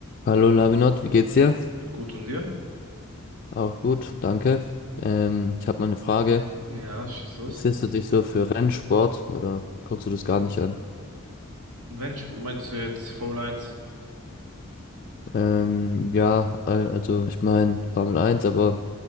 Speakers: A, on the left; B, on the right.
A: Hallo Lavinot, wie geht's dir?
B: Gut und dir?
A: Auch gut, danke. Ähm, ich habe mal eine Frage.
B: Ja, schieß los.
A: Interessierst du dich so für Rennsport oder guckst du das gar nicht an?
B: Mensch, meinst du jetzt Formel eins?
A: Ähm, ja, al- also ich meine Formel 1, aber